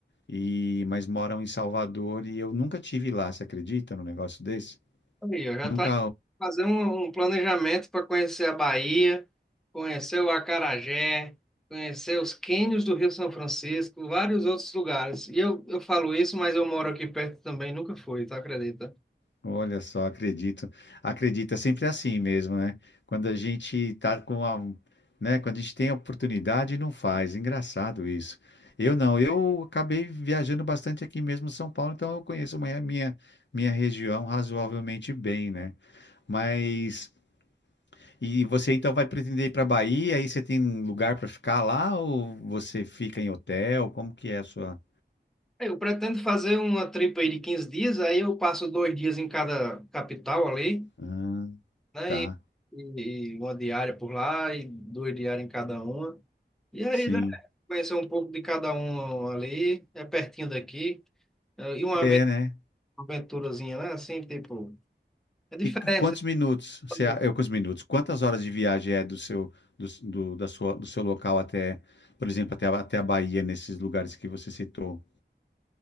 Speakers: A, on the left (about 80°); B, in the centre.
A: E mas moram em Salvador e eu nunca tive lá, você acredita num negócio desse?
B: Aí, eu já
A: Nunca
B: tá indo fazer um, um planejamento para conhecer a Bahia, conhecer o Acarajé, conhecer os cânions do Rio São Francisco, vários outros lugares. E eu, eu falo isso, mas eu moro aqui perto também, nunca fui, tá? Acredita?
A: Olha só, acredito. Acredito, é sempre assim mesmo, né? Quando a gente tá com a, né? Quando a gente tem a oportunidade, não faz. Engraçado isso. Eu não, eu acabei viajando bastante aqui mesmo em São Paulo, então eu conheço a minha, minha região razoavelmente bem, né? Mas, e você então vai pretender ir para Bahia, aí você tem um lugar para ficar lá ou você fica em hotel? Como que é a sua...
B: Eu pretendo fazer uma tripa aí de 15 dias, aí eu passo dois dias em cada capital ali,
A: Ah,
B: né?
A: tá,
B: E, e, e uma diária por lá, e duas diárias em cada uma. E aí,
A: sim.
B: né? Conhecer um pouco de cada um ali, é pertinho daqui. E uma
A: É,
B: vez
A: né?
B: aventurazinha, né? Assim, tipo, é diferente.
A: E, e quantos
B: você
A: minutos
B: sabe?
A: você, a- é, quantos minutos? Quantas horas de viagem é do seu do, do- da sua, do seu local até, por exemplo, até, a- até a Bahia, nesses lugares que você citou?